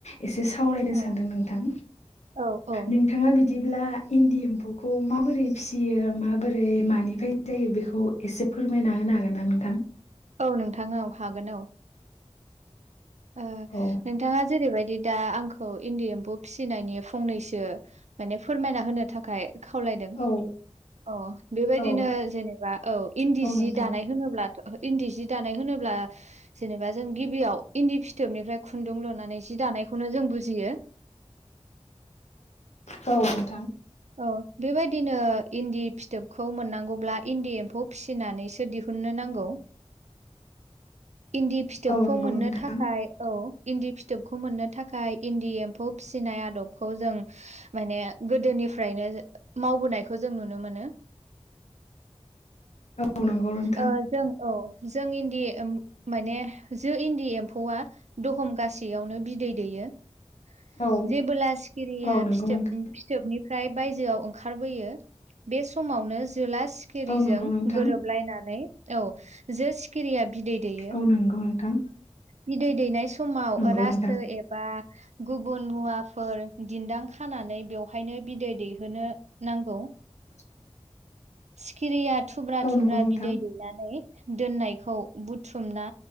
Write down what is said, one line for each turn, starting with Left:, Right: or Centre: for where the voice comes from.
Left: एसे सावरायनो
Right: औ
Left: सानदों नोंथां
Right: औ औ
Left: नोंथाङा बिद दिब्ला इन्दि एम्फौखौ माबोरै फिसियो माबोरै मानिफ्राय जायो? बेखौ एसे फोरमायना होनो हागोन ना नोंथां?
Right: औ नोंथां औ हागोन औ । ओ
Left: औ
Right: नोंथाङा जेरैबायदि दा आंखौ इन्दि एम्फौ फिसिनायनि फंनैसो माने फोरमायना होनो थाखाय खावलायदों
Left: औ
Right: औ बेबायदिनो
Left: औ
Right: जेनेबा औ इन्दि
Left: औ
Right: जि
Left: नोंथां
Right: दानाय होनोब्ला इन्दि सि दानाय होनोब्ला जेनेबा जों गिबियाव इन्दि फि थोबनिफ्राय खुन्दुं लुनानै जि दानायखौनो जों बुजियो ।
Left: औ ।
Right: औ बेबायदिनो इन्दि फिथोबखौ मोननांगौब्ला इन्दि एम्फौ फिसिनानैसो दिहु ननो नांगौ
Left: <inaudible>
Right: इन्दि फिथोबखौ
Left: औ नंगौ
Right: मोननो
Left: नोंथां
Right: थाखाय औ । इन्दि फिथोबखौ मोननो थाखाय इन्दि एम्फौ फिसिनाय आदबखौ जों माने गोदोनि फ्रायनो मावबोनायखौ जों नुनो मोनो ।
Left: औ नंगौ नोंथां
Right: ओ जों औ । जों इन्दि माने जो इन्दि एम्फौआ दहमगसेयावनो बिदै दैयो ।
Left: औ
Right: जेबोला सिखिरिया
Left: औ नंगौ
Right: फिथोब
Left: नोंथां
Right: फिथोबनि फाय बायजोआव ओंखारबोयो । बे समावनो जोला सिखिरिजों
Left: औ नंगौ नोंथां
Right: गोरोबलायनानै औ जो सिखिरिया बिदै दैयो
Left: औ नंगौ नोंथां ।
Right: बिदै दैनाय समाव
Left: नोंथां
Right: रासो एबा गुबुन मुवाफोर दिन्दां खानानै बेवहायनो बिदै दैहोनो नांगौ ।
Left: <inaudible>
Right: सिखिरिया थुब्रा-
Left: औ
Right: थुब्रा
Left: नंगौ नोंथां
Right: बिदै दैनानै दोननायखौ बुथ्रुमना